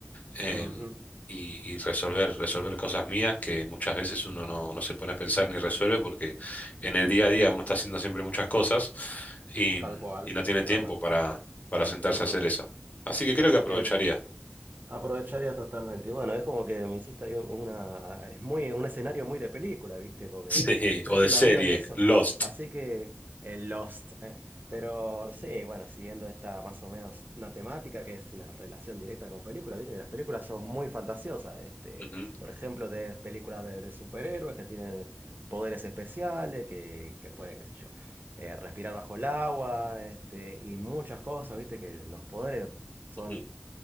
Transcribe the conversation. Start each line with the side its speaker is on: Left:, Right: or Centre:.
Left: em,
Right: ujú,
Left: y, y resolver, resolver cosas mías que muchas veces uno no, no se pone a pensar ni resuelve porque en el día a día uno está haciendo siempre muchas cosas y,
Right: Tal cual,
Left: y no tiene
Right: sí, es
Left: tiempo
Right: verdad.
Left: para, para sentarse
Right: Es verdad.
Left: a hacer eso. Así que creo
Right: Así
Left: que aprovecharía.
Right: que.
Left: <laughs>
Right: Aprovecharía totalmente. Y bueno, es como que me hiciste ahí una. Es muy, un escenario muy de película, ¿viste? Porque
Left: Sí,
Right: que se estrella
Left: o de serie,
Right: un avión y eso.
Left: Lost.
Right: Así que. El Lost. eh. Pero sí, bueno, siguiendo esta más o menos una temática que es una relación directa con películas, ¿viste? Que las películas son muy fantasiosas. Este,
Left: Ujú,
Right: por ejemplo, de películas de, de superhéroes que tienen poderes especiales, que, que pueden, qué sé yo, eh, respirar bajo el agua, este, y muchas cosas, ¿viste? Que los poderes son
Left: ujú.